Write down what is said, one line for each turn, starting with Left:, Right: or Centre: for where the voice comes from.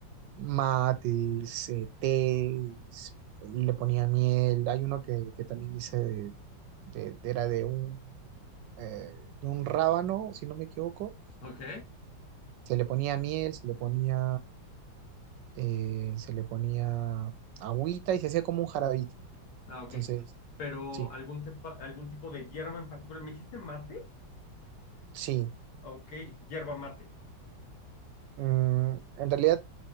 Right: Mates, eh, tés, le ponía miel. Hay uno que, que también hice de, de- de- era de un, eh, de un rábano, si no me equivoco.
Left: Ok.
Right: Se le ponía miel, se le ponía eh, se le ponía agüita y se hacía como un jarabito.
Left: Ah, ok.
Right: Entonces,
Left: Pero
Right: sí,
Left: algún, tepa- algún tipo de hierba en particular. ¿Me dijiste mate?
Right: sí.
Left: Ok, hierba mate.
Right: Mm, en realidad,